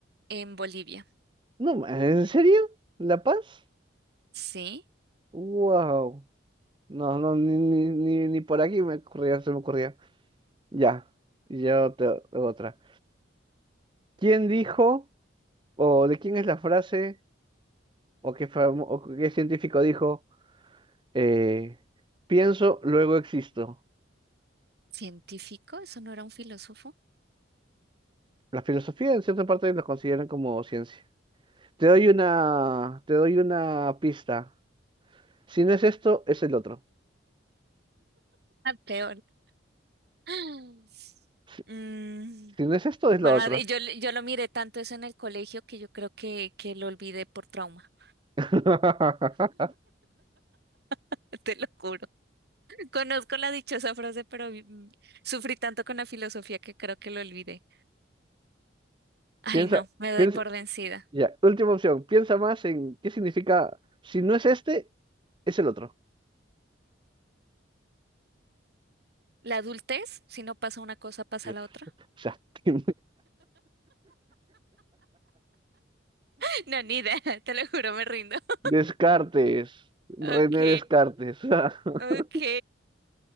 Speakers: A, on the right; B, on the right.
A: en Bolivia.
B: No, ¿en serio? ¿La Paz?
A: Sí.
B: Wow. No, no, ni, ni, ni, ni por aquí me ocurría, se me ocurría. Ya, yo te otra. ¿Quién dijo, o de quién es la frase, o qué, famo- o qué científico dijo, eh, pienso, luego existo?
A: ¿Científico? ¿Eso no era un filósofo?
B: La filosofía en cierta parte la consideran como ciencia. Te doy una, te doy una pista. Si no es esto, es el otro.
A: Ah, peor. <gasps>
B: Si,
A: Mm,
B: si no es esto, es
A: Juan
B: lo otro.
A: Mar- yo, yo lo miré tanto eso en el colegio que yo creo que, que lo olvidé por trauma.
B: <laughs>
A: <laughs> Te lo juro. Conozco la dichosa frase, pero mm, sufrí tanto con la filosofía que creo que lo olvidé. Ay,
B: Piensa,
A: no, me doy
B: piensa,
A: por vencida.
B: ya, última opción. Piensa más en qué significa, si no es este, es el otro.
A: La adultez, si no pasa una cosa, pasa
B: O
A: la otra.
B: sea, <laughs> te-
A: <laughs> No, ni idea, <laughs> te lo juro, me rindo. <laughs>
B: Descartes,
A: Ok,
B: René Descartes. <laughs>
A: ok.